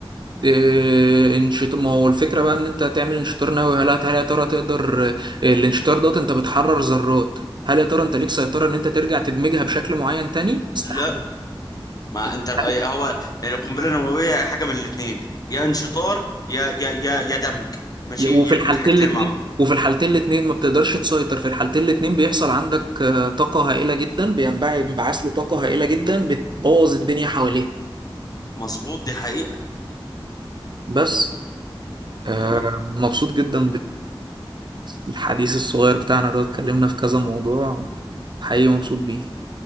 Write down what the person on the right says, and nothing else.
إيه انشط ما هو الفكره بقى ان انت تعمل انشطار نووي هل هل يا ترى تقدر إيه، الانشطار دوت انت بتحرر ذرات هل يا ترى انت ليك سيطره ان انت ترجع تدمجها بشكل معين تاني
استحاله
استحالة.
وفي
الحالتين
الاتنين
وفي الحالتين الاتنين ما بتقدرش تسيطر في الحالتين الاتنين بيحصل عندك آه، طاقة هائلة جدا بينبع انبعاث لطاقة هائلة جدا بتبوظ الدنيا حواليه
بس آه،
مبسوط جدا بالحديث الصغير بتاعنا ده اتكلمنا في كذا موضوع حقيقي مبسوط بيه